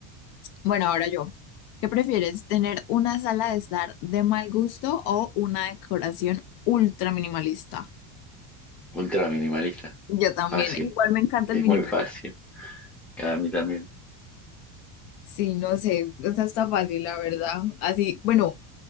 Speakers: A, on the left; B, in the centre.
A: Bueno, ahora yo. ¿Qué prefieres, tener una sala de estar de mal gusto o una decoración ultra minimalista?
B: Ultra minimalista.
A: Yo también.
B: Fácil.
A: Igual me encanta
B: Es
A: el minimalismo.
B: muy fácil. A mí también.
A: Sí, no sé, o sea, está fácil, la verdad. Así, bueno,